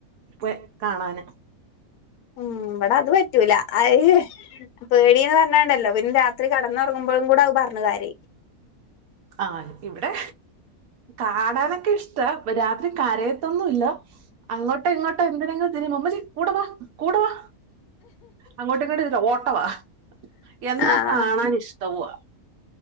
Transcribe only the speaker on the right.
പോ കാണൻ
ആ ഇവിടെ കാണാനൊക്കെ ഇഷ്ട രാത്രി കരയത്തൊന്നും ഇല്ല അങ്ങോട്ടോ ഇങ്ങോട്ടോ എന്തിനെങ്കിലും തിരുമ്മു മ്മച്ചി കൂടവാ കൂടവാ അങ്ങോട്ട് ഇങ്ങോട്ടും ഇതിലെ ഓട്ടവാ എന്നാ
കാണാൻ ഇഷ്ടവുവാ